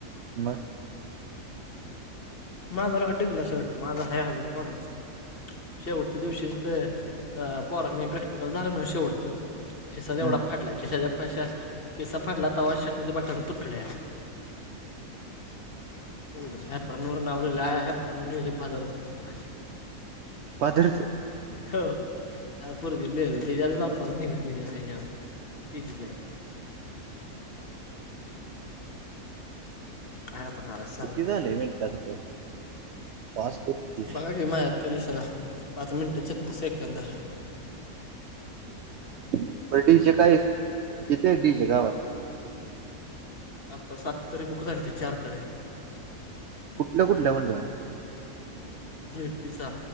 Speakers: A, on the right; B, on the left.
A: म.
B: माझा वाला <unintelligible> शर्ट माझा आहे अजून कॉलेजचा शेवटच्या दिवशीच ते अ पोरास्नी प्रॅक्टिकल झालं ना शेवटचं खिसा जेवढा
A: हम्म
B: फाडला खिशच्या पश्यात खिसा फाडला तेव्हा शर्टाचं बटन तुटलं या. एवढेच आहे परत नोरन लावलेला ये एप्रन. <unintelligible>
A: पाजारीच.
B: हो पोरगी नेली त्याच्यातच आपने नेलं तिच्या याच्यावर. <unintelligible> तिचीच एप्रन. आहे आता घरात सांग
A: किती झालंय मिनिटाचा कॉल पाच तेहतीस
B: बघा की माझ्यात ते दिसेना पाच मिनट छत्ती सेकंद.
A: हो डीजे काय येतोय डीजे गावात.
B: आता सात तारी बुक झाली ती चार तरी
A: कुठल्या कुठल्या मंडळा
B: झे पीचा